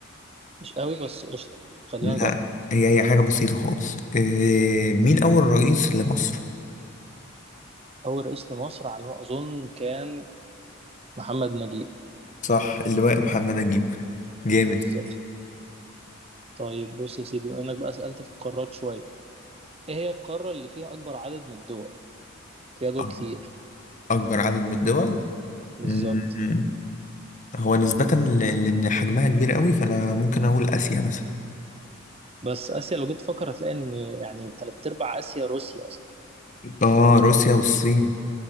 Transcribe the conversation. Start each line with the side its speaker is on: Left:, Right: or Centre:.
Right: مش قوي بس قشطه خلينا
Left: لا
Right: نجرب
Left: هي هي حاجة بسيطة خالص إيه مين أول رئيس لمصر
Right: اول رئيس لمصر على ما اظن كان محمد نجيب
Left: صح اللواء محمد نجيب جامد
Right: بالظبط طيب بص يا سيدي بما انك بقى سالت في القارات شويه ايه هي القاره اللي فيها اكبر عدد من الدول فيها دول
Left: أك-
Right: كتير
Left: أكبر عدد من الدول
Right: بالظبط
Left: مم. هو نسبة ل- لأن حجمها كبير قوي فأنا ممكن أقول آسيا مثلا
Right: بس اسيا لو جيت تفكر هتلاقي ان يعني تلات ارباع اسيا روسيا اصلا
Left: اه روسيا والصين